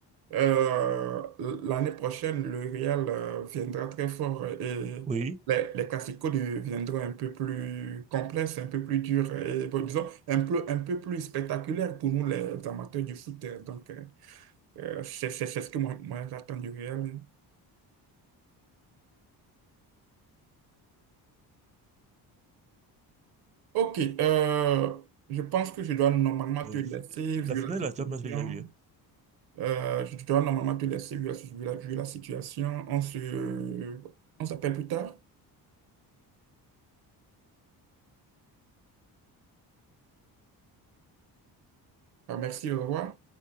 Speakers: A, on the right; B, on the right.
A: Euh, l'année prochaine, le Real euh, viendra très fort et
B: Oui,
A: les, les Clasico deviendront un peu plus complexes, un peu plus durs et bon, disons un peu, un peu plus spectaculaires pour nous les amateurs du foot. Donc, euh, euh, c'est c'est- c'est ce que moi, moi, j'attends du Real. Ok, euh, je pense que je dois normalement
B: euh,
A: te laisser vu
B: la finale
A: la situation.
B: de la Champions League a eu lieu.
A: Euh, je dois normalement te laisser vu la, vu la, vu la situation. On se, on s'appelle plus tard. Ah, merci, au revoir.